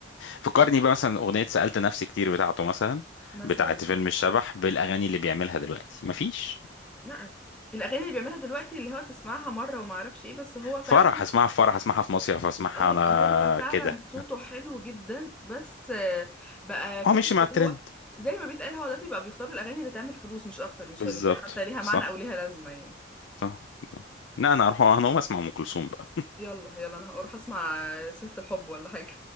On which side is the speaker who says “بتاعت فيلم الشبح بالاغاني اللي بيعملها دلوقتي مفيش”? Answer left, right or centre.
Left